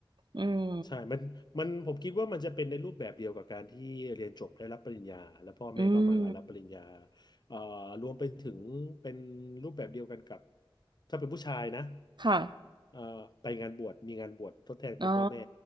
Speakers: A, on the right; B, on the left.
A: อืม
B: ใช่มันมันผมคิดว่ามันจะเป็นในรูปแบบเดียวกับการที่เรียนจบได้รับปริญญาแล้วพ่อแม่ก็มางานรับปริญญา
A: อืม
B: เอ่อรวมไปถึงเป็นรูปแบบเดียวกันกับถ้าเป็นผู้ชายนะ
A: ค่ะ
B: เอ่อไปงานบวชมีงานบวชทดแทนคุณพ่อแม่
A: อ๋อ